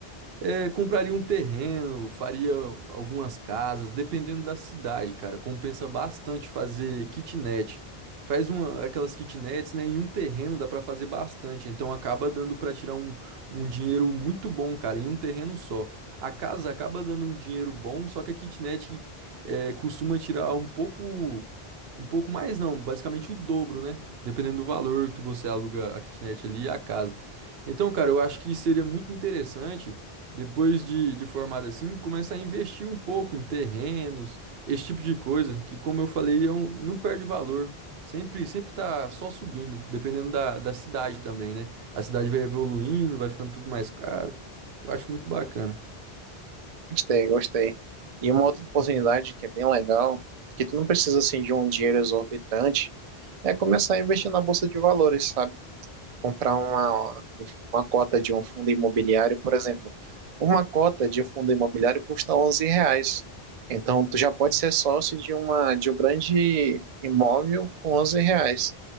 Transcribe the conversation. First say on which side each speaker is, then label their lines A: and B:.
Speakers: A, on the right (about 75°); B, on the right (about 50°).
A: é, compraria um terreno, faria algumas casas, dependendo da cidade, cara. Compensa bastante fazer kitnet. Faz uma, aquelas kitnets, né? Em um terreno dá pra fazer bastante. Então acaba dando pra tirar um, um dinheiro muito bom, cara, em um terreno só. A casa acaba dando um dinheiro bom, só que a kitnet é, costuma tirar um pouco, um pouco mais, não, basicamente o dobro, né? Dependendo do valor que você aluga a kitnet ali e a casa. Então, cara, eu acho que seria muito interessante depois de, de formado assim, começa a investir um pouco em terrenos, esse tipo de coisa, que como eu falei, é um- não perde valor. Sempre, sempre tá só subindo, dependendo da, da cidade também, né? A cidade vai evoluindo, vai ficando tudo mais caro. Eu acho muito bacana.
B: Gostei, gostei. E uma outra oportunidade que é bem legal, que tu não precisa assim de um dinheiro exorbitante, é começar a investir na bolsa de valores, sabe? comprar uma, uma cota de um fundo imobiliário, por exemplo. Uma cota de um fundo imobiliário custa 11 reais. Então, tu já pode ser sócio de uma de um grande imóvel com 11 reais.